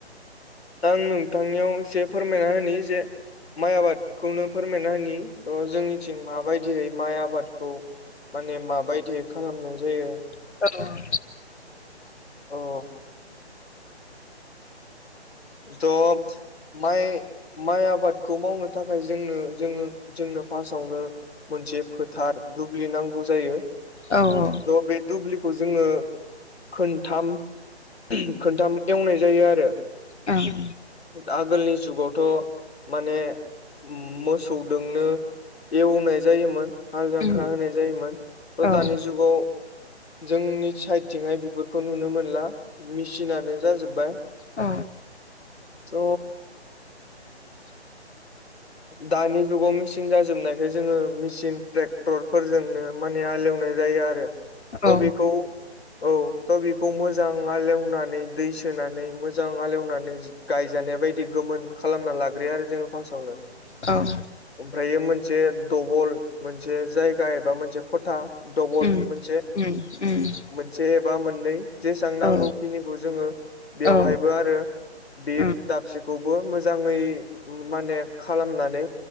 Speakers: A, on the left (about 65°); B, on the left (about 85°).
A: आं नोंथांनियाव एसे फोरमायना होनि जे माइ आबादखौनो फोरमायना होनि थ जोंनिथिं माबायदियै माइ आबादखौ माने माबायदियै खालामनाय जायो
B: औ
A: औ दब माइ माइ आबादखौ मावनो थाखाय जोंनो जोङो जोंनो फार्सावनो मोनसे फोथार दुब्लि नांगौ जायो
B: औ औ
A: त बे दुब्लिखौ जोङो खोथाम खोनथाम एवनाय जायो आरो
B: उम
A: आगोलनि जुगावथ माने मोसौदोंनो एवनाय जायोमोन हाल जांख्रा
B: उम
A: होनाय जायोमोन त
B: औ
A: दानि जुगाव जोंनि साइथिंहाय बेफोरखौ नुनो मोनला मेचिनानो जाजोब्बाय
B: अ
A: थ
B: <inaudible>
A: दानि जुगाव मेचिन जाजोबनायखाय जोङो मेसिन ट्रेक्टर फोरजोंनो मानि हालेवनाय जायो आरो थ
B: औ
A: बेखौ औ थ बेखौ मोजां हालेवनानै दै सोनानै मोजां हालेव नानै गायजानाय बायदि गोमोन खालामना लाग्रोयो आरो जोङो फारसावनो
B: ओं
A: ओमफ्रायो मोनसे दबल मोनसे जायगा एबा मोनसे खथा दबल
B: उम
A: मोनसे
B: उम उम
A: मोन से एबा मोननै जेसां नांगौ
B: औ
A: खिनिखौ जोङो बेयावहायबो
B: औ
A: आरो बे
B: उम
A: दाबसेखौबो मोजाङै माने खालामनानै